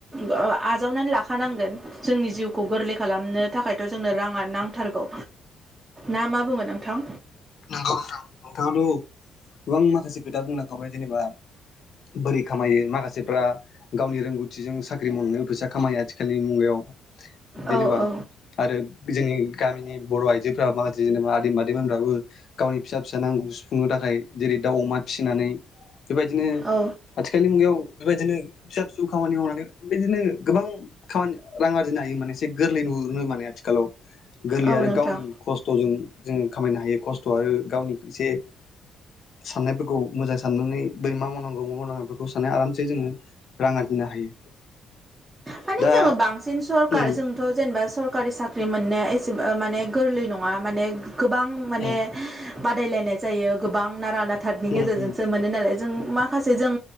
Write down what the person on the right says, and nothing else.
आजावनानै लाखानांगोन जोंनि जिउखौ गोरलै खालामनो थाखायथ' जोंनो राङा नांथारगौ ना मा बुङो नोंथां
औ औ
औ
औ
नोंथां
माने
जोङो बांसिन सरखार
जोंथ जेनेबा सरकारि साख्रि मोननाया एसेबां माने गोरलै नङा माने गोबां माने
बादायलायनाय जायो गोबां नारा नाथाथनि गेजेरजोंसो
मोनो नालाय जों माखासे जों